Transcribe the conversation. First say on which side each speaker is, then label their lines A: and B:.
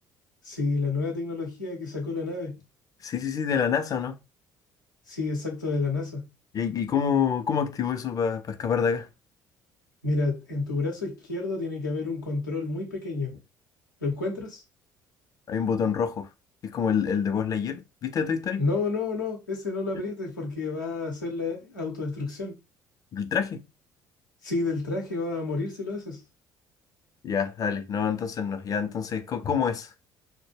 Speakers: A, on the left (about 80°); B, on the left (about 35°).
A: Sí, la nueva tecnología que sacó la nave.
B: Sí, sí, sí, de la NASA, ¿no?
A: Sí, exacto, de la NASA.
B: ¿Y, y cómo, cómo activó eso para escapar de acá?
A: Mira, en tu brazo izquierdo tiene que haber un control muy pequeño. ¿Lo encuentras?
B: Hay un botón rojo, que es como el, el de Buzz Lightyear. ¿Viste de Toy Story?
A: No, no, no, ese no lo
B: ¿Mm?
A: aprietes porque va a hacer la autodestrucción.
B: ¿El traje?
A: Sí, del traje va a morir si lo haces.
B: Ya, dale. No, entonces no. Ya, entonces, co- ¿cómo es?